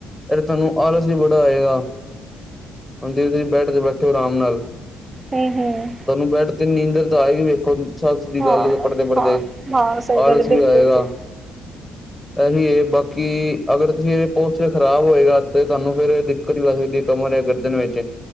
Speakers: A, on the left; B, on the right.
A: ਏਹਦੇ ਤੁਹਾਨੂੰ ਆਲਸ ਈ ਬੜਾ ਆਏਗਾ। ਹਾਂਜੀ ਤੁਸੀਂ ਬੈਡ 'ਤੇ ਬੈਠੇ ਓ ਆਰਾਮ ਨਾਲ।
B: ਹੂੰ ਹੂੰ
A: ਤੁਹਾਨੂੰ ਬੈਡ 'ਤੇ ਨੀਂਦਰ ਤਾਂ ਆਏਗੀ ਵੇਖੋ ਸ ਸਿੱਧੀ
B: ਹਾਂ
A: ਗੱਲ ਏ ਪੜ੍ਹਦੇ-ਪੜ੍ਹਦੇ,
B: ਹਾਂ ਹਾਂ ਸਹੀ
A: ਆਲਸ
B: ਗੱਲ ਹੈ ਬਿਲਕੁਲ
A: ਵੀ ਆਏਗਾ।
B: ਜੀ
A: ਇਹੀ ਏ ਬਾਕੀ ਅਗਰ ਤੁਸੀਂ ਇਹ ਪੋਸਚਰ ਖ਼ਰਾਬ ਹੋਏਗਾ 'ਤੇ ਤੁਹਾਨੂੰ ਫੇਰ ਕਦੀ ਬੈ <unintelligible> ਸਕ ਗੇਕਾ ਮਾਰਿਆ ਗਰਦਨ ਵਿੱਚ।